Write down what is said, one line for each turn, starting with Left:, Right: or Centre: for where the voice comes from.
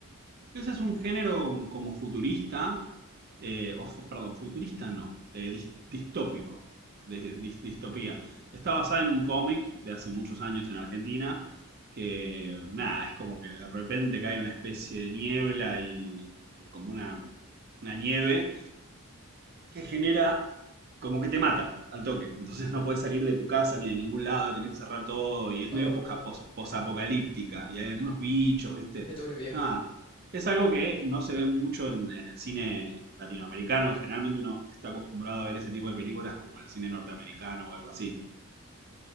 Right: Ese es un género como futurista, eh, o fu- perdón, futurista no, eh, dis- distópico, de, dis- distopía. Está basada en un cómic de hace muchos años en Argentina, que nada, es como que de repente cae una especie de niebla y, y como una, una nieve que genera como que te mata al toque. Entonces no puedes salir de tu casa ni de ningún lado, tenés que cerrar todo y es
Left: Oh,
Right: medio posca- pos- posapocalíptica y hay algunos bichos, ¿viste?
Left: qué turbio.
Right: Nada, es algo que no se ve mucho en, en el cine latinoamericano. Generalmente uno está acostumbrado a ver ese tipo de películas como el cine norteamericano o algo así.